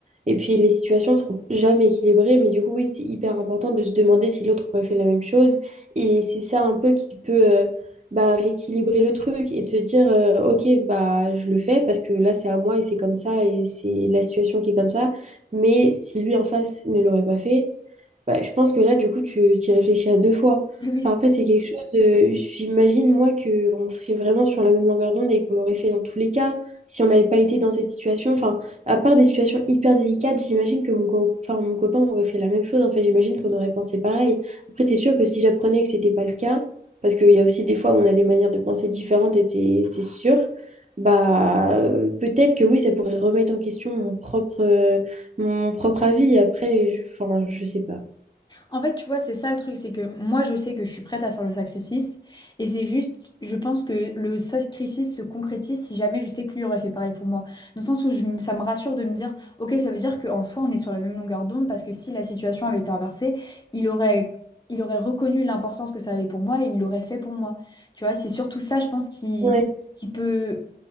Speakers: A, on the right; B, on the left.
A: et puis les situations ne seront jamais équilibrées, mais du coup, oui, c'est hyper important de se demander si l'autre aurait fait la même chose. Et c'est ça un peu qui peut euh, bah, rééquilibrer le truc et te dire, euh, ok, bah je le fais parce que là, c'est à moi et c'est comme ça et c'est la situation qui est comme ça. Mais si lui en face ne l'aurait pas fait, bah, je pense que là, du coup, tu t'y réfléchis à deux fois.
B: Oui, oui,
A: Enfin, après, c'est quelque chose de... J'imagine, moi, qu'on serait vraiment sur la même longueur d'onde et qu'on l'aurait fait dans tous les cas si on n'avait pas été dans cette situation. Enfin, à part des situations hyper délicates, j'imagine que mon, co- enfin, mon copain aurait fait la même chose. En fait, j'imagine qu'on aurait pensé pareil. Après, c'est sûr que si j'apprenais que c'était pas le cas, parce qu'il y a aussi des fois où on a des manières de penser différentes et c'est c'est sûr, bah, euh, peut-être que oui, ça pourrait remettre en question mon propre, euh, mon propre avis. Après, je- enfin, je sais pas.
B: En fait, tu vois, c'est ça le truc, c'est que moi, je sais que je suis prête à faire le sacrifice, et c'est juste, je pense que le sacrifice se concrétise si jamais je sais que lui aurait fait pareil pour moi. Dans le sens où je m- ça me rassure de me dire, ok, ça veut dire qu'en soi, on est sur la même longueur d'onde, parce que si la situation avait été inversée, il aurait, il aurait reconnu l'importance que ça avait pour moi et il l'aurait fait pour moi. Tu vois, c'est surtout ça, je pense, qui,
A: Ouais,
B: qui peut,